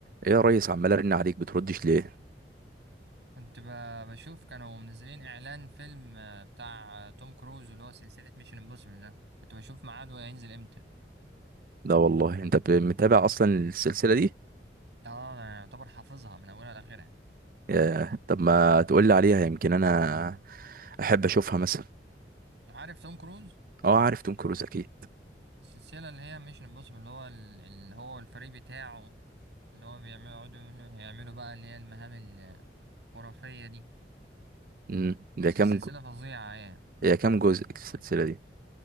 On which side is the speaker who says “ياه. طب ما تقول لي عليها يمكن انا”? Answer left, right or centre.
Right